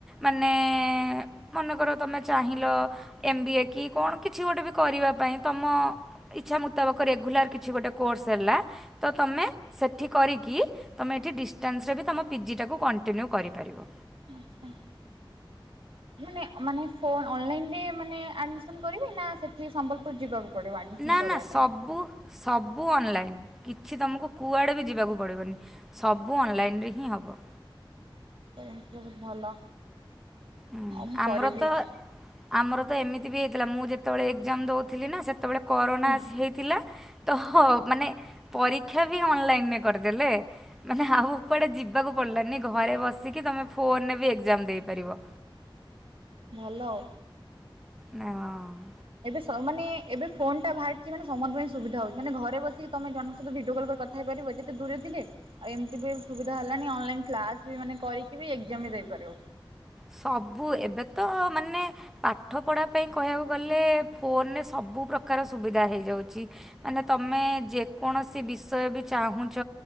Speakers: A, in the centre; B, on the right.
A: ମାନେ ମନେ କର ତୁମେ ଚାହିଁଲ ଏମ୍ ବି ଏ କି କଣ କିଛି ଗୋଟେ ବି କରିବା ପାଇଁ? ତମ ଇଚ୍ଛା ମୁତାବକ ରେଗୁଲାର କିଛି ଗୋଟେ କୋର୍ସ ହେଲା ତ ତମେ ସେଠି କରିକି ତମେ ଏଠି ଡିଷ୍ଟାନ୍ସରେ ବି ତମ ପିଜି ଟାକୁ କଣ୍ଟିନ୍ୟୁ କରିପାରିବ।
B: ଆଚ୍ଛା। ମାନେ ମାନେ ଫୋନ୍ ଅନଲାଇନ୍ ରେ ମାନେ ଆଡମିସନ୍ କରିବେ ନା ସେ ଠି ସମ୍ବଲପୁର ଯିବାକୁ ପଡ଼ିବ ଆଡ଼ମିସନ୍
A: ନା
B: କରିବା
A: ନା ସବୁ
B: ପାଇଁ?
A: ସବୁ ଅନଲାଇନ୍ କିଛି ତମକୁ କୁଆଡ଼େ ବି ଯିବାକୁ ପଡ଼ିବନି। ସବୁ ଅନଲାଇନ୍ ରେ ହିଁ ହବ।
B: <unintelligible> ଭଲ।
A: ହୁଁ
B: ଆଉ ମୁଁ
A: ଆମର
B: କରିବି
A: ତ
B: ଆଉ
A: ଆମର ତ ଏମିତି ବି ହେଇଥିଲା ମୁଁ ଯେତବଳେ ଏକ୍ଜାମ ଦଉଥିଲି ନା ସେ ସେତବଳେ କରୋନାସ୍
B: ହୁଁ
A: ହେଇ ଥିଲା ତଃ ମାନେ ପରୀକ୍ଷା ବି ଅନଲାଇନ୍ ରେ କରଦେଲେ। ମାନେ ଆଉ କୁଆଡ଼େ ଯିବାକୁ ପଡ଼ିଲାନି ଘରେ ବସିକି ତମେ ଫୋନରେ ବି ଏଗ୍ଜାମ ଦେଇପାରିବ।
B: ଭଲ ଆଉ।
A: ନାଇଁମ
B: ଏବେ ସ ମାନେ ଏବେ ଫୋନ୍ ଟା ବାହାରଚି ମାନେ ସମସ୍ତଙ୍କ ପାଇଁ ସୁବିଧା ହଉଚି ମାନେ ଘରେ ବସିକି ତମେ ଜଣଙ୍କ ସହିତ ଭିଡିଓ କଲ୍ କରି କଥ ଥା ହେଇପାରିବ ଯେତେ ଦୂରରେ ଥିଲେ। ଆଉ ଏମତି ବି ସୁବିଧା ହେଲାନି ଅନଲାଇନ୍ କ୍ଲାସ ବି ମାନେ କରିକି ବି ଏଗ୍ଜାମ ବି ଦେଇପାରିବ।
A: ସବୁ ଏବେ ତ ମାନେ ପାଠପଢ଼ା ପାଇଁ କହିବାକୁ ଗଲେ ଫୋନରେ ସବୁ ପ୍ରକାର ସୁବିଧା ହେଇଯାଉଚି। ମାନେ ତମେ ଯେକୌଣସି ବିଷୟ ବି ଚାହୁଁଚ